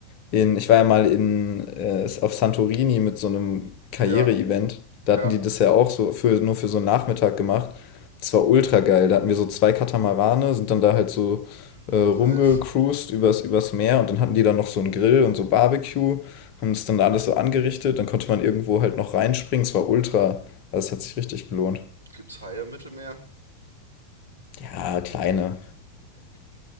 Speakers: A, on the left; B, on the right.
A: in, ich war ja mal in, äh, auf Santorini mit so einem Karriere-Event.
B: Ja,
A: Da
B: ja.
A: hatten die das ja auch so für, nur für so einen Nachmittag gemacht. Das war ultra geil. Da hatten wir so zwei Katamarane, sind dann da halt so
B: Hm,
A: äh, rumgecruised
B: nice.
A: übers, übers Meer und dann hatten die dann noch so einen Grill und so Barbecue, haben das dann alles so angerichtet. Dann konnte man irgendwo halt noch reinspringen. Es war ultra, also es hat sich richtig gelohnt.
B: Gibt's Haie im Mittelmeer?
A: Ja, kleine.